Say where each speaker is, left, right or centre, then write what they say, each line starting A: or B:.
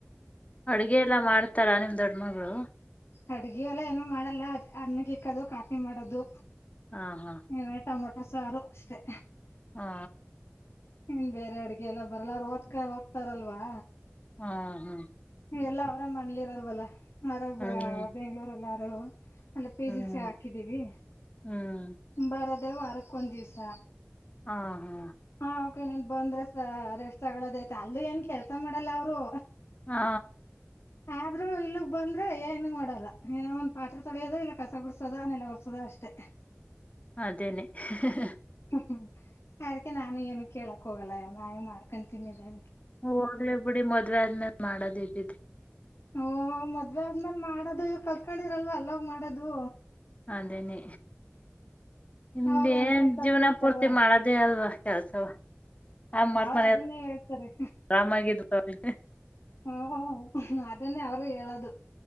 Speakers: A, on the left (about 30°); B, on the left (about 70°).
A: ಅಡ್ಗೆ ಎಲ್ಲಾ ಮಾಡ್ತಾರಾ ನಿಮ್ ದೊಡ್ ಮಗ್ಳು.
B: ಅಡ್ಗೆ ಎಲ್ಲ ಏನು ಮಾಡಲ್ಲ ಅದ ಅನ್ನಗೆ ಇಕ್ಕದು ಕಾಫಿ ಮಾಡದು.
A: ಹಾ ಹಾ
B: ನೀ ಟೊಮೊಟೊ ಸಾರು ಅಷ್ಟೇ.
A: ಹಾ
B: ಇನ್ ಬೇರೆ ಅಡ್ಗೆ ಎಲ್ಲ ಬರ್ಲಾರ ಅವ್ರ್ ಓದ್ಕ ಹೋಗ್ತಾರಲ್ವಾ.
A: ಹಾ ಹಾ
B: ಎಲ್ಲ ಅವ್ರ ಮನೆಲಿರಲ್ವಲ್ಲ ಅವ್ರ
A: ಹ್ಮ್
B: ಬೆಂಗ್ಳೂರೆಲ್ಲ ಅವ್ರ. ಅಲ್ಲ ಪಿ
A: ಹ್ಮ್
B: ಜಿಲ್ಸ ಹಾಕಿದೀವಿ
A: ಹ್ಮ್
B: ಬರದೇ ವಾರಕ್ ಒಂದ್ ದಿವ್ಸ.
A: ಹಾ ಹಾ
B: ಹಾ ಓಕೆ ನೀನ್ ಬಂದ್ರೆಸ ರೆಷ್ಟ ತಗದೆ ಆಯ್ತ್ ಅಲ್ಲ ಏನ್ ಕೆಲ್ಸ ಮಾಡಲ್ಲ ಅವ್ರು.
A: ಹಾ
B: ಆದ್ರೂ ಇಲ್ಲಗ್ ಬಂದ್ರೆ ಏನು ಮಾಡಲ್ಲ ಏನ ಒಂದ್ ಪಾತ್ರೆ ತೊಳ್ಯದು ಇಲ್ಲ ಕಸ ಕುಡ್ಸೋದು ಇಲ ನೆಲ ಹೊರ್ಸೋದು ಅಷ್ಟೇ. ತ್ತ ಅ
A: ಅದೇನೆ ಹಃ ಹಃ ಹ
B: ಹ್ಮ್ಮ ಅದಕ್ಕೆ ನಾನು ಏನು ಕೇಳಕ್ ಹೋಗಲ್ಲ ನಾವೇ ಮಾಡ್ಕೊಂಡಂತನ್ನಿದೆ.
A: ಹೋಗ್ಲಿ ಬಿಡಿ ಮದ್ವೆ ಆದ್ಮೇಲೆ ಮಾಡದ್ ಇದ್ದಿದ್ದೆ.
B: ಓ ಮದ್ವೆ ಆದ್ಮೇಲ್ ಮಾಡೋದು ಇವ್ರು ಕತ್ಕೊಂಡಿದ್ರಲ್ವ ಅಲ್ಲೋಗ್ ಮಾಡೋದು.
A: ಅದೇನೆ ನಿಮ್ದ
B: ಅವ್ರು ಎಂತೆಂತವ್ರ್
A: ಏನ್ ಜೀವ್ನ
B: ಸಿಗ್ತಾರೋ
A: ಪೂರ್ತಿ ಮಾಡದೇ ಅಲ್ವಾ. ಕೆಲ್ಸವ ಹ ಮಾಡ್ಕ
B: ಅವ್ರ್ ಅದನ್ನೇ ಹೇಳ್ತಾರೆ
A: ಆರಾಮಾಗಿದ್ ಅವ್ರ.
B: ಹ ಅದನ್ನೇ ಅವ್ರು ಹೇಳದು.